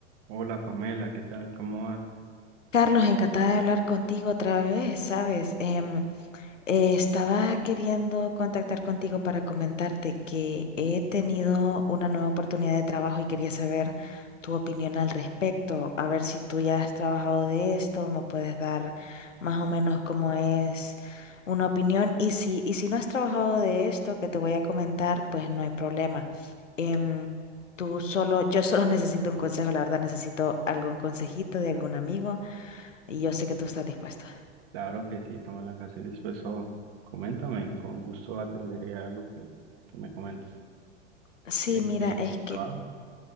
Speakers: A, on the right; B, on the left.
A: Hola Pamela, ¿qué tal? ¿Cómo va?
B: Carlos, encantada de hablar contigo otra vez, ¿sabes? Em, eh, estaba queriendo contactar contigo para comentarte que he tenido una nueva oportunidad de trabajo y quería saber tu opinión al respecto, a ver si tú ya has trabajado de esto, me puedes dar más o menos cómo es una opinión y si, y si no has trabajado de esto que te voy a comentar, pues no hay problema. Em, tú solo, yo solo <laughs> necesito un consejo, la verdad, necesito algún consejito de algún amigo y yo sé que tú estás dispuesta.
A: Claro que sí, Pamela, que estoy dispuesto. Coméntame, con gusto atenderé a lo que, que me comentes.
B: Sí,
A: ¿De
B: mira,
A: qué
B: es que
A: trabajo?